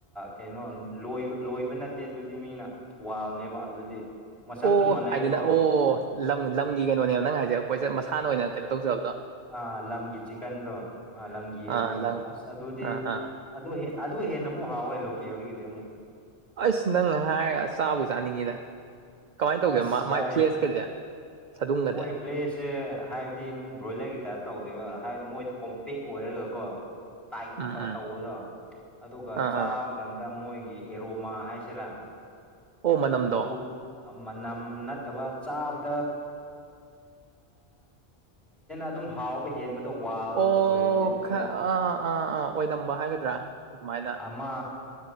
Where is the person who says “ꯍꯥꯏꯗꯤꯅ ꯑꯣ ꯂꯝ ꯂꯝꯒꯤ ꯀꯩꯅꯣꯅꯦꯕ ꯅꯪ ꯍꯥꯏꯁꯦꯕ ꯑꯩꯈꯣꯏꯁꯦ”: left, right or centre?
Right